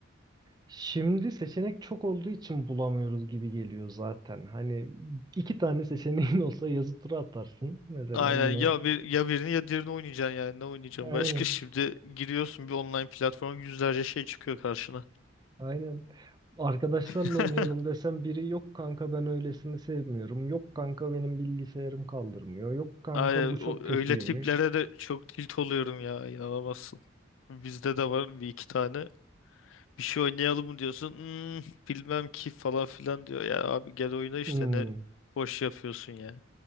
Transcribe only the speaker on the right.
şimdi seçenek çok olduğu için bulamıyoruz gibi geliyor zaten. Hani iki tane seçeneğin <laughs> olsa yazı tura atarsın mesela
yine.
Aynen.
Aynen. Arkadaşlarla
oynayalım desem biri yok kanka ben öylesini sevmiyorum. Yok kanka benim bilgisayarım kaldırmıyor. Yok kanka
bu çok
kötüymüş.
Hmm,